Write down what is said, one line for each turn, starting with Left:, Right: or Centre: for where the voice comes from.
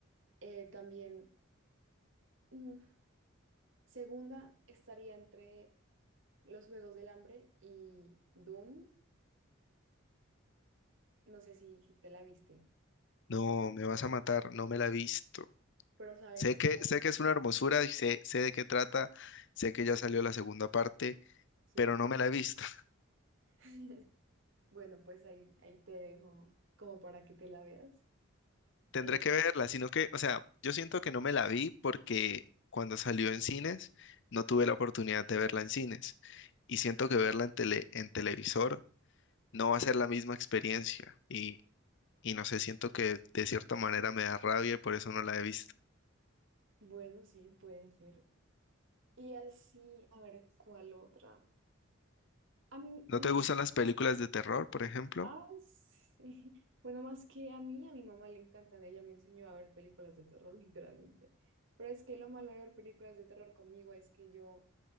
Right: Eh, también, mm, segunda estaría entre Los Juegos del Hambre y Dune. No sé si, si te la viste,
Left: No, me vas a matar, no me la he visto.
Right: pero sabes,
Left: Sé que, sé que es una hermosura y sé, sé de qué trata, sé que ya salió la segunda parte,
Right: sí.
Left: pero no me la he visto.
Right: <laughs> Bueno, pues ahí, ahí te dejo como para que te la veas.
Left: Tendré
Right: Eh,
Left: que verla, sino que, o sea, yo siento que no me la vi porque cuando salió en cines no tuve la oportunidad de verla en cines y siento que verla en tele, en televisor no va a ser la misma experiencia y, y no sé, siento que de cierta manera me da rabia y por eso no la he visto.
Right: bueno, sí, puede ser. Y así, a ver, ¿cuál otra? A mí
Left: ¿No
Right: no
Left: te gustan las películas de terror, por ejemplo?
Right: Ah, sí. Bueno, más que a mí, a mi mamá le encantan. Ella me enseñó a ver películas de terror, <laughs> literalmente. Pero es que lo malo de ver películas de terror conmigo es que yo,